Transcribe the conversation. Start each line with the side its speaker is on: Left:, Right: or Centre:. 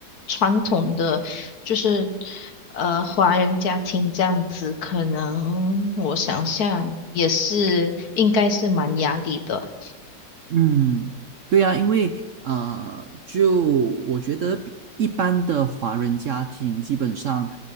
Left: 传统的就是呃华人家庭这样子，可能我想象也是应该是蛮压力的。
Right: 嗯，对啊，因为呃，就我觉得比一般的华人家庭，基本上